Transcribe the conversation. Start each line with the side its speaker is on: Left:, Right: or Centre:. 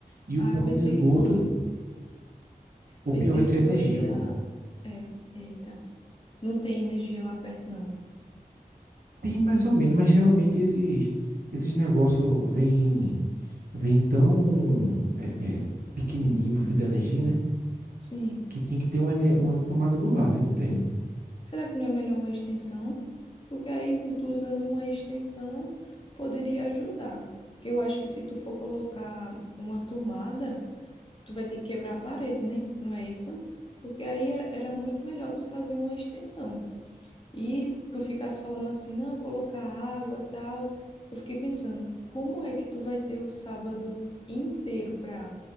Right: E
Left: ah,
Right: o ponto
Left: eu pensei
Right: de esgoto,
Left: que tu,
Right: o
Left: pensei
Right: pior vai ser
Left: que
Right: a energia,
Left: tu ia.
Right: pô.
Left: é, eita, não tem energia lá perto, não.
Right: Tem mais ou menos, mas geralmente esses, esses negócios vêm vêm tão é, é, pequenininho o fio da energia, né?
Left: Sim.
Right: Que tem que ter uma, ene- uma tomada do lado e não tem.
Left: Será que não é melhor uma extensão? Porque aí tu usando uma extensão poderia ajudar. Porque eu acho que se tu for colocar uma tomada, tu vai ter que quebrar a parede, né? Não é isso? Porque aí era era muito melhor tu fazer uma extensão. e tu ficasse falando assim, não, colocar água, tal. Eu fiquei pensando, como é que tu vai ter o sábado inteiro para